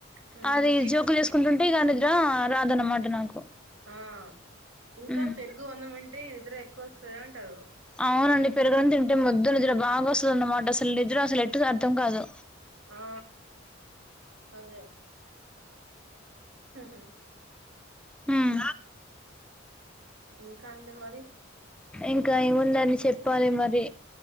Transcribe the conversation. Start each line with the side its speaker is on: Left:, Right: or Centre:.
Right: హ్మ్
Centre: అది జోకులు యేసుకుంటుంటే ఇగ నిద్ర రాదన్నమాట నాకు
Right: ఆ ఇంకా
Centre: ఉమ్
Right: పెరుగు అన్నం అంటే నిద్ర ఎక్కువ వస్తది అంటారు
Centre: అవునండి పెరుగన్నం తింటే మొద్దు నిద్ర బాగా వస్తదన్నమాట అసలు నిద్ర అసలు ఎట్టు సరి అర్థం కాదు
Right: ఆ అదే హహ
Centre: ఉమ్
Right: ఇంకా అండి మరి
Centre: ఇంకా ఏముందండి చెప్పాలి మరి